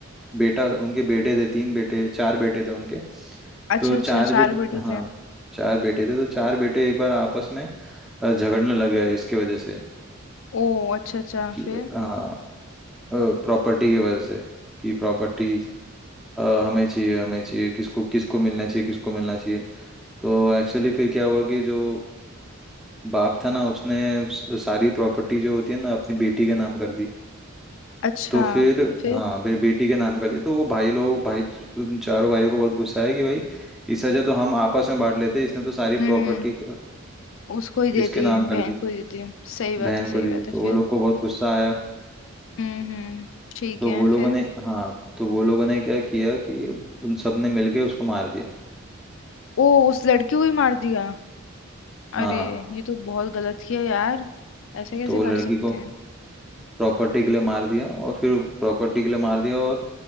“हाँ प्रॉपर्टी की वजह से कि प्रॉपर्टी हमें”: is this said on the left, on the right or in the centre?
Centre